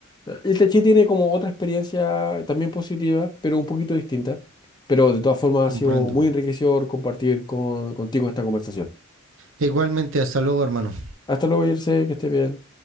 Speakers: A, on the left; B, on the right.
A: Eh, El tai chi tiene como otra experiencia también positiva, pero un poquito distinta. Pero de todas formas
B: comprendo.
A: ha sido muy enriquecedor compartir con- contigo esta conversación.
B: Igualmente, hasta luego, hermano.
A: Hasta luego, Jersey, que estés bien.